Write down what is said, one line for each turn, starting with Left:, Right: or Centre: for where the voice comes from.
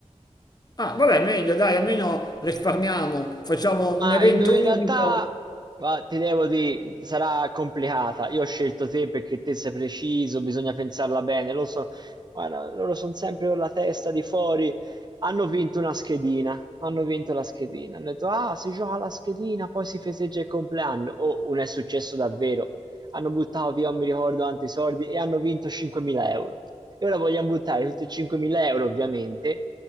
Left: Ah, vabbè, meglio, dai, almeno risparmiamo, facciamo
Right: Ma
Left: un evento
Right: in in
Left: unico.
Right: realtà, ma ti devo dire, sarà complicata. Io ho scelto te perché te sei preciso, bisogna pensarla bene. Lo so, guarda, loro sono sempre con la testa di fuori. Hanno vinto una schedina, hanno vinto la schedina. Hanno detto, ah, si gioca la schedina, poi si festeggia il compleanno. Oh, non è successo davvero. Hanno buttato via, non mi ricordo, tanti soldi e hanno vinto 5.000 euro. E ora vogliamo buttare tutti i 5.000 euro, ovviamente,